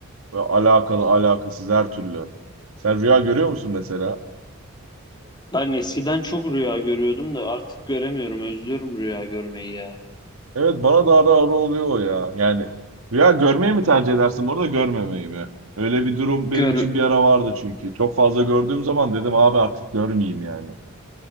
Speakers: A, on the right; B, on the left.
A: Ve alakalı alakasız her türlü. Sen rüya görüyor musun mesela?
B: Ben eskiden çok rüya görüyordum da artık göremiyorum. Özlüyorum rüya görmeyi ya.
A: Evet bana da ara ara oluyor o ya. Yani rüya görmeyi mi tercih edersin bu arada görmemeyi mi? Öyle bir durum benim
B: Gör
A: için bir ara vardı çünkü. Çok fazla gördüğüm zaman dedim abi artık görmeyeyim yani.